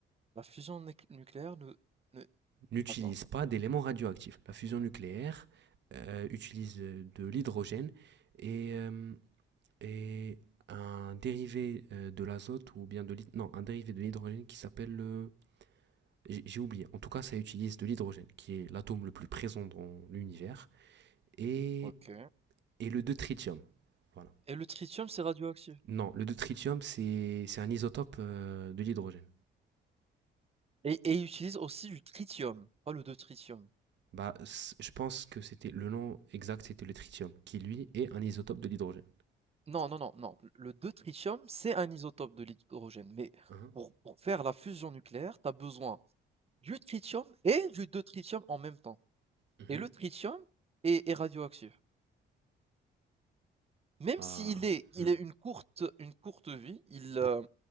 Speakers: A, on the right; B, on the right.
A: La fusion néc nucléaire ne ne
B: N'utilise
A: attends, attends,
B: pas
A: attends,
B: d'éléments radioactifs. La fusion nucléaire euh, utilise euh, de l'hydrogène et, euh, et un dérivé euh, de l'azote ou bien de l'hyd- non, un dérivé de l'hydrogène qui s'appelle le j'ai oublié. En tout cas, ça utilise de l'hydrogène qui est l'atome le plus présent dans l'univers et
A: OK
B: et le deutérium. Voilà.
A: et le tritium, c'est radioactif.
B: Non, le deutérium c'est c'est un isotope euh, de l'hydrogène.
A: Et et il utilise aussi du tritium, pas le deutérium.
B: Bah, je pense que c'était le nom exact, c'était le tritium, qui lui est un isotope de l'hydrogène.
A: Non, non, non, non. Le deutérium, c'est un isotope de l'hydrogène, mais
B: Hein
A: pour, pour faire la fusion nucléaire, tu as besoin du tritium et du deutérium en même temps.
B: Mhm.
A: Et le tritium est, est radioactif. Même
B: Ah,
A: s'il est, il
B: hmm.
A: est une courte, une courte vie, il, euh,